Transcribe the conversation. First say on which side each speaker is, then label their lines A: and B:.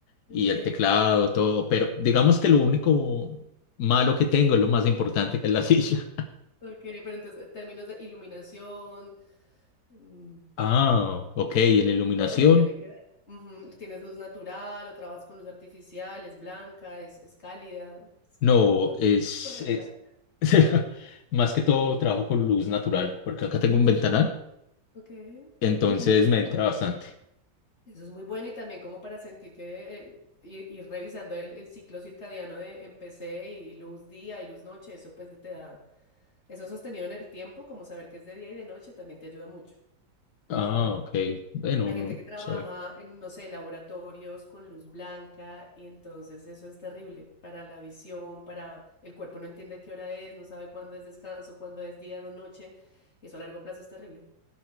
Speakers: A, on the left; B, on the left.
A: y
B: Ok.
A: el teclado, todo, pero digamos que lo único malo que tengo es lo más importante que es la <laughs> silla.
B: Ok, pero entonces, en términos de iluminación, mm,
A: Ah, ok, en iluminación.
B: todo eso tiene que ver. Ujú, ¿Tienes luz natural o trabajas con luz artificial? ¿Es blanca? ¿Es, es cálida? Es que
A: No,
B: hay un montón de
A: es,
B: cosas por revisar.
A: es- <laughs> más que todo trabajo con luz natural, porque acá tengo
B: Eso
A: un ventanal,
B: es, ok. <clears throat> Eso
A: entonces
B: es
A: me entra
B: muy bueno.
A: bastante.
B: Eso es muy bueno y también como para sentir que eh, ir, ir revisando el, el ciclo circadiano de empecé y luz día y luz noche, eso pues te da, eso sostenido en el tiempo, como saber que es de día y de noche, también te ayuda mucho.
A: Ah, ok. Bueno,
B: Hay
A: no,
B: gente que trabaja
A: sabe.
B: en, no sé, laboratorios con luz blanca y entonces eso es terrible para la visión, para el cuerpo no entiende qué hora es, no sabe cuándo es descanso, cuándo es día o noche y eso a largo plazo es terrible.